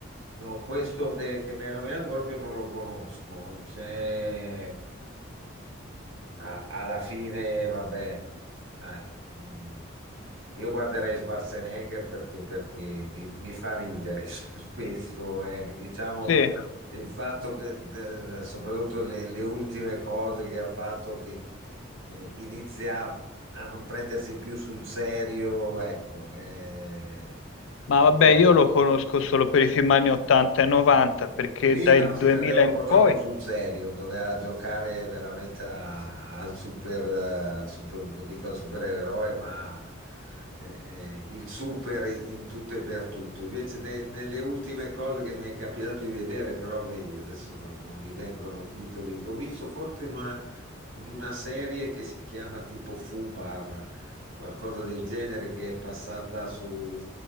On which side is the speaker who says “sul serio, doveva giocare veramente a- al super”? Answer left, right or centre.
Right